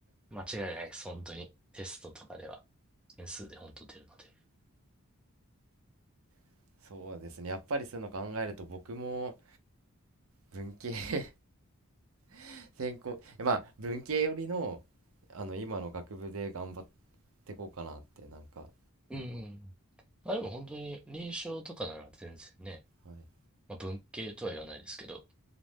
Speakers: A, in the centre; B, on the right (about 65°).
A: 間違いないです。本当に。テストとかでは。点数で本当出るので。
B: <laughs> そうですねやっぱりそういうの考えると僕も文系 <laughs> 専攻まあ文系寄りのあの今の学部で頑張ってこうかなってなんか
A: うんうん。まあでも本当に臨床とかなら全然ね、
B: はい
A: まあ、文系とは言わないですけど、